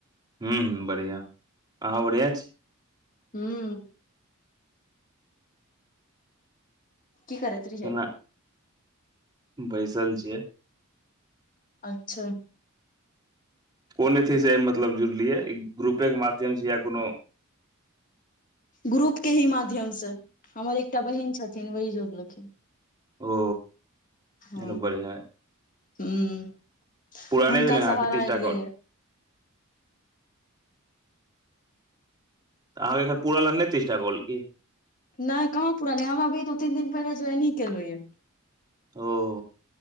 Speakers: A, on the right; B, on the left.
A: हूं हुं बढ़िआ अहाँ बढ़िआँ छी।
B: हूॅं। की करैत रहियैय?
A: केना बैसल छियै।
B: अच्छा।
A: कोन अथी से मतलब जुड़लियै ग्रुपे के माध्यम से या कोनो
B: ग्रुप के ही माध्यम से हमर एकटा बहिन छथिन वहि जोड़लखिन।
A: ओ।
B: हु
A: एना बढ़िआँ
B: हुॅं
A: पूरा नहि
B: हुनका
A: भेलै अहाँके
B: सहारा
A: तीसटा
B: एलियै
A: कॉल
B: या।
A: तऽ आहाँके अखन पूरहन नय तीस टा कॉल कि?
B: नहि कहाँ पुरल हय हम अभी दू तीन दिन पहिने ज्वइन ही केले ही।
A: ओ।